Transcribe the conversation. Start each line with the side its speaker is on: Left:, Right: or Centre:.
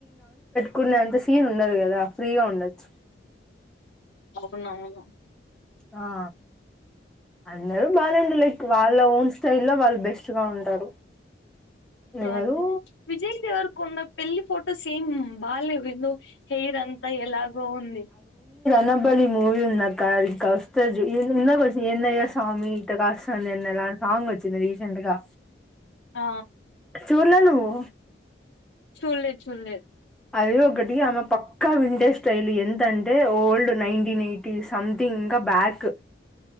Centre: కున్నంత సీన్ ఉండదు కదా ఫ్రీగా ఉండొచ్చు
Left: నవునవును
Centre: ఆ అందరూ బానే ఉంటరు లైక్ వాళ్ళ ఓన్ స్టైల్ లో వాళ్ళు బెస్ట్గా ఉంటారు.
Left: య
Centre: ఎవరు
Left: య విజయ్ దేవరకొండ పెళ్ళి ఫోటో సేమ్ బాల్య విందు హెయిర్ అంతా ఎలాగో ఉంది
Centre: ణబలి మూవీ ఉందక్క, అది ఇంకా వస్తది చూ ఇందాక వచ్చే ఏందయ్య స్వామి ఇట్ట కాస్తాంది ఎన్నేల సాంగ్ వచ్చింది రీసెంట్ గా
Left: ఆ
Centre: చూడల నువ్వు
Left: చూళ్ళే చూళ్ళే
Centre: అది ఒకటి ఆమె పక్క వింటేజ్ స్టైల్, ఎంతంటే ఓల్డ్ నైన్టీన్ ఎయిటీస్ సథింగ్ ఇంక బ్యాక్